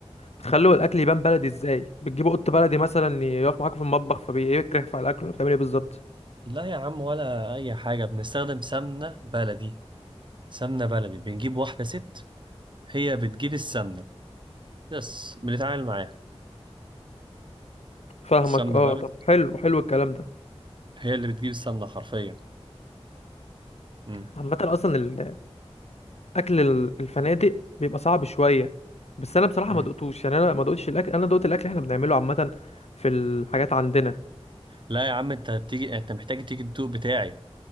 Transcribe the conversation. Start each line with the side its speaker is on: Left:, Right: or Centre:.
Left: بتخلوا الاكل يبان بلدي ازاي بتجيبوا قط بلدي مثلا يقف معاكوا في المطبخ فبيكرهف على الاكل ولا بتعمل ايه بالظبط
Right: لا يا عم ولا اي حاجه بنستخدم سمنه بلدي سمنه بلدي بنجيب واحده ست هي بتجيب السمنه بس بنتعامل معاها
Left: فاهمك
Right: السمنه
Left: اه
Right: بلدي
Left: طب حلو حلو الكلام ده
Right: هي اللي بتجيب السمنه حرفيا مم.
Left: عامه اصلا الاكل ال- الفنادق بيبقى صعب شويه بس انا بصراحه
Right: مم.
Left: ما دقتوش يعني انا ما دقتش الاكل انا دقت الاكل احنا بنعمله عامه في الحاجات عندنا
Right: لا يا عم انت هتيجي انت محتاج تيجي الدوق بتاعي